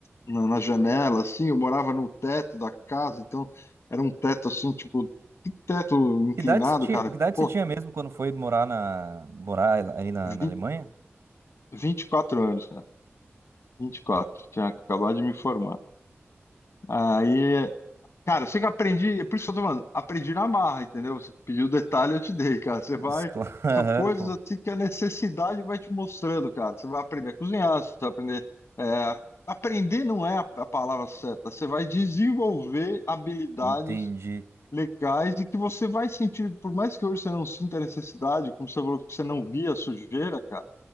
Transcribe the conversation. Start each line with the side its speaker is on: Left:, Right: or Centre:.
Left: na- na janela, assim. Eu morava no teto da casa, então era um teto assim, tipo, que teto inclinado,
Right: Que idade você tinha,
Left: cara.
Right: que idade
Left: Pô,
Right: você tinha mesmo quando foi morar na, morar ali na,
Left: vinte,
Right: na Alemanha?
Left: vinte e quatro anos, cara. 24, tinha acabado de me formar. Aí, cara, eu sei que eu aprendi, é por isso que eu tô falando, aprendi na marra, entendeu? Você pediu detalhe, eu te dei, cara. Você vai.
Right: Escola- <laughs> Aham,
Left: São coisas
Right: pô,
Left: assim que a necessidade vai te mostrando, cara. Você vai aprender a cozinhar, você vai aprender. é, aprender não é a, a palavra certa. Você vai desenvolver habilidades
Right: entendi.
Left: legais e que você vai sentir, por mais que hoje você não sinta a necessidade, como você falou que você não via a sujeira, cara.